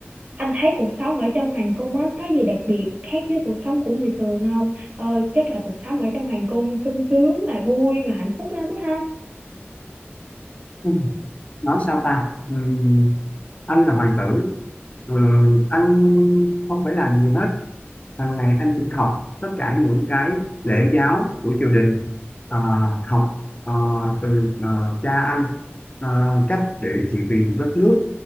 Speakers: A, on the right; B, on the left.
A: anh thấy cuộc sống ở trong hoàng cung á có gì đặc biệt khác với cuộc sống của người thường không ờ, chắc là cuộc sống ở trong hoàng cung sung sướng mà vui mà hạnh phúc lắm đó ha
B: Ừ. nói sao ta Ừm, anh là hoàng tử Ừm, anh không phải làm gì hết hàng ngày anh chỉ học tất cả những cái lễ giáo của triều đình à, học à, từ à, cha anh à, cách để trị vì đất nước